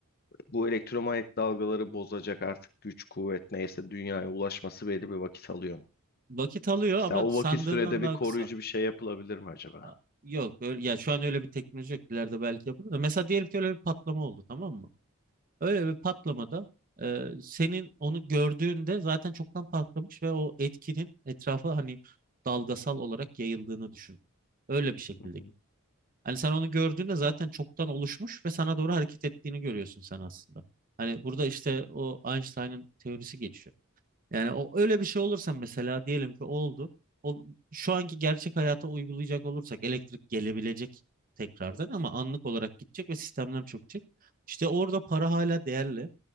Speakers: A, on the left; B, on the right.
A: bu elektromanyetik dalgaları bozacak artık güç kuvvet neyse dünyaya ulaşması belli bir vakit alıyor mu?
B: vakit alıyor
A: Mesela
B: ama
A: o
B: sandığından
A: vakit sürede bir
B: daha
A: koruyucu
B: kısa.
A: bir şey yapılabilir mi acaba?
B: A- Yok öyle, ya şu an öyle bir teknoloji yok. İleride belki yapılır da. Mesela diyelim ki öyle bir patlama oldu tamam mı? Öyle bir patlamada e, senin onu gördüğünde zaten çoktan patlamış ve o etkinin etrafa hani dalgasal olarak yayıldığını düşün. Öyle bir şekilde
A: Hı hı.
B: git. Hani sen onu gördüğünde zaten çoktan oluşmuş ve sana doğru hareket ettiğini görüyorsun sen aslında. Hani burada işte o Einstein'ın teorisi geçiyor. Yani o öyle bir şey olursa mesela diyelim ki oldu. O şu anki gerçek hayata uygulayacak olursak elektrik gelebilecek tekrardan ama anlık olarak gidecek ve sistemler çökecek. İşte orada para hala değerli.